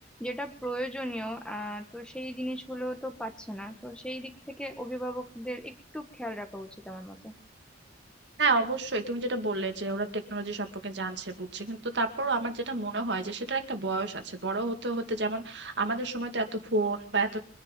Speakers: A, in the centre; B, on the right (about 65°).
A: যেটা প্রয়োজনীয় আহ তো সেই জিনিসগুলো তো পাচ্ছে না তো সেই দিক থেকে অভিভাবকদের একটু খেয়াল রাখা উচিত আমার মতে
B: হ্যাঁ অবশ্যই তুমি যেটা বললে যে ওরা টেকনোলজি সম্পর্কে জানছে বুঝছে কিন্তু তারপরও আমার যেটা মনে হয় যে সেটার একটা বয়স আছে বড় হতে হতে যেমন আমাদের সময় তো এত ফোন বা এত